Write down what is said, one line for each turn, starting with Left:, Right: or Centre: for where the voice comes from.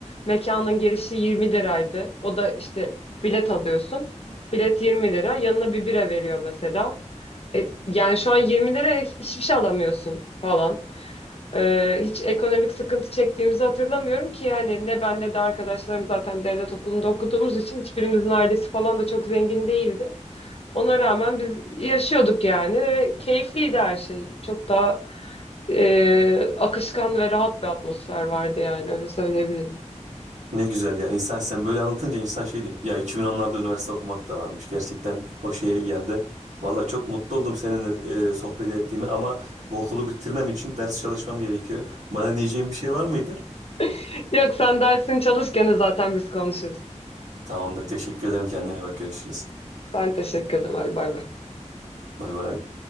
Left: mekanın girişi 20 liraydı. O da işte bilet alıyorsun. Bilet 20 lira. Yanına bir bira veriyor mesela. E, yani şu an 20 liraya hiçbir şey alamıyorsun falan. E, hiç ekonomik sıkıntı çektiğimizi hatırlamıyorum ki hani ne ben ne de arkadaşlarım zaten devlet okulunda okuduğumuz için hiçbirimizin ailesi falan da çok zengin değildi. Ona rağmen biz yaşıyorduk yani ve keyifliydi her şey. Çok daha e, akışkan ve rahat bir atmosfer vardı yani öyle söyleyebilirim.
Right: Ne güzel ya. İnsan sen böyle anlatınca insan şey diyor. Ya 2010'larda üniversite okumak da varmış. Gerçekten o şeye geldi. Valla çok mutlu oldum seninle e, sohbet ettiğime ama bu okulu bitirmem için ders çalışmam gerekiyor. Bana diyeceğin bir şey var mıydı?
Left: <laughs> Yok sen dersini çalışken zaten biz konuşuruz.
Right: Tamamdır. Teşekkür ederim. Kendine iyi bak. Görüşürüz.
Left: Ben teşekkür ederim. Bay bay.
Right: Bay bay.